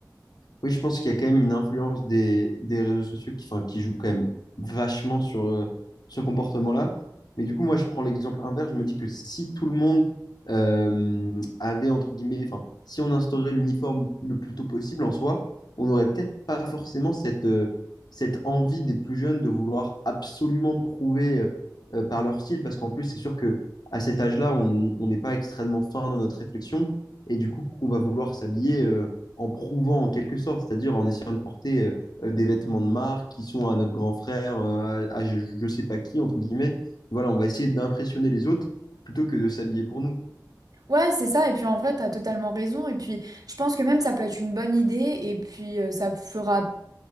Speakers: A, on the left; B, on the right.
A: Oui, je pense qu'il y a quand même une influence des, des réseaux sociaux qui, enfin, qui joue quand même vachement sur euh, ce comportement-là. Mais du coup, moi, je prends l'exemple inverse. Je me dis que si tout le monde euh, avait, entre guillemets, enfin, si on instaurait l'uniforme le plus tôt possible en soi, on n'aurait peut-être pas forcément cette, euh, cette envie des plus jeunes de vouloir absolument prouver euh, euh, par leur style. Parce qu'en plus, c'est sûr que à cet âge-là, on on n'est pas extrêmement fin dans notre réflexion. Et du coup, qu'on va vouloir s'habiller. euh, en prouvant en quelque sorte, c'est-à-dire en essayant de porter euh, des vêtements de marque qui sont à notre grand frère, euh, à, à je ne sais pas qui, entre guillemets. Voilà, on va essayer d'impressionner les autres plutôt que de s'habiller pour nous.
B: Ouais, c'est ça. Et puis en vrai, t'as totalement raison. Et puis je pense que même ça peut être une bonne idée. Et puis euh, ça fera